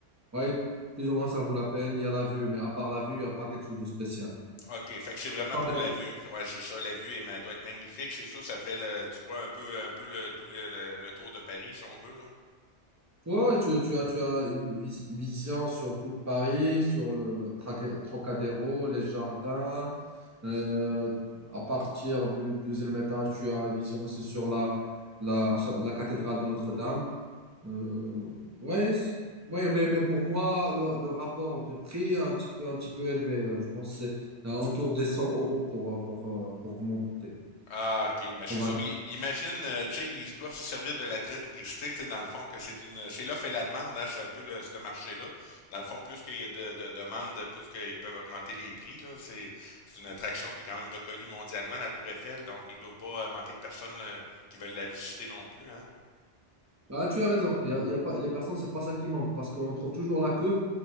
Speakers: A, on the right; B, on the left.
A: ouais, plus ou moins ça vaut la peine. Il y a la vue, mais à part la vue, il n'y a pas quelque chose de spécial.
B: OK, fait que c'est vraiment
A: Et quand
B: pour
A: même,
B: la vue. Ouais, c'est ça, la vue elle, elle doit être magnifique, c'est sûr, ça fait le, tu vois un peu un peu le tout le, le- le tour de Paris si on veut là.
A: ouais, ouais, tu, tu as, tu as une vis- vision sur toute Paris, sur le, le Traca- Trocadéro, les jardins. Euh, à partir du deuxième étage, tu as une vision aussi sur la, la, la cathédrale de Notre-Dame. Euh, ouais, c- ouais, mais, mais pour moi, le, le rapport de prix est un petit peu, un petit peu élevé. Euh, Je pense que c'est alentour des 100 euros pour, euh, pour, euh, pour monter.
B: Ah, ok, ben
A: Prendre
B: c'est ça.
A: un-
B: Mais i- imagine, euh, tu sais, ils doivent se servir de l'attrait touristique, tu sais, dans le fond, que c'est une, c'est l'offre et la demande, hein, c'est un peu le, ce marché-là. Dans le fond, plus qu'il y a de, de demandes, plus qu'ils peuvent augmenter les prix, là. C'est, c'est une attraction qui est quand même reconnue mondialement, la Tour Eiffel, donc il ne doit pas euh, manquer de personnes euh, qui veulent la visiter non plus, hein.
A: Ah, tu as raison. Il y a, il y a pas, les personnes, c'est pas ça qui manque parce qu'on trouve toujours la queue